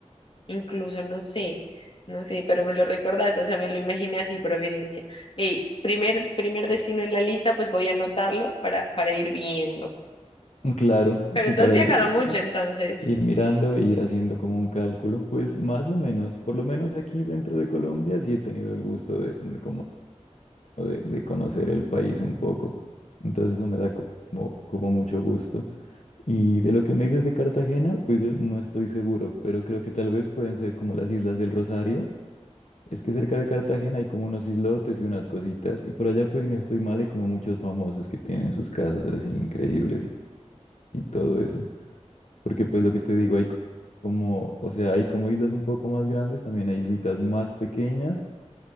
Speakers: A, on the left (about 45°); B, on the left (about 70°).
A: incluso no sé, no sé, pero me lo recordaste, o sea, me lo imaginé así, Providencia. Ey, primer, primer destino en la lista, pues voy a anotarlo para, para ir viendo.
B: Claro,
A: Pero
B: sí,
A: tú
B: para
A: has viajado
B: ir,
A: mucho,
B: i-
A: entonces.
B: ir mirando e ir haciendo como un cálculo, pues más o menos, por lo menos aquí dentro de Colombia sí he tenido el gusto de, como de, de conocer el país un poco, entonces eso me da como, como mucho gusto. Y de lo que me dices de Cartagena, pues yo no estoy seguro, pero creo que tal vez pueden ser como las Islas del Rosario. Es que cerca de Cartagena hay como unos islotes y unas cositas, y por allá pues si no estoy mal hay como muchos famosos que tienen sus casas así increíbles y y todo eso. Porque pues lo que te digo, hay co- como, o sea, hay como islas un poco más grandes, también hay islitas más pequeñas,